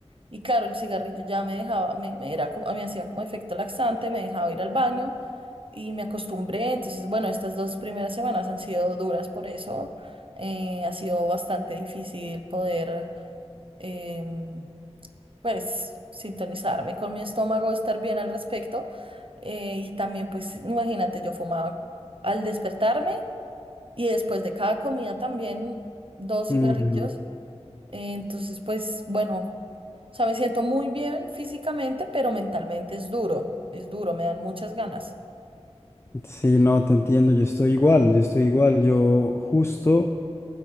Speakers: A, on the right; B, on the left.
A: Y claro, el cigarrillo ya me dejaba, me, me era como, me hacía como efecto laxante, me dejaba ir al baño y me acostumbré. Entonces, bueno, estas dos primeras semanas han sido duras por eso. eh, ha sido bastante difícil poder, em, pues, sintonizarme con mi estómago, estar bien al respecto. eh, y también, pues, imagínate, yo fumaba al despertarme y después de cada comida también dos
B: Mi
A: cigarrillos.
B: verdad.
A: eh, entonces, pues, bueno, o sea, me siento muy bien físicamente, pero mentalmente es duro, es duro, me dan muchas ganas.
B: Sí, no, te entiendo, yo estoy igual, yo estoy igual. Yo justo